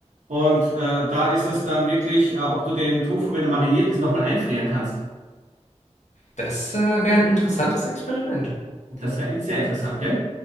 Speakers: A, on the right (about 85°); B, on the left (about 70°).
A: Und äh, da ist es dann wirklich, äh, ob du den Tofu, wenn er mariniert ist, nochmal einfrieren kannst.
B: Das äh, wäre ein interessantes Experiment.
A: Das wäre sehr interessant, gell?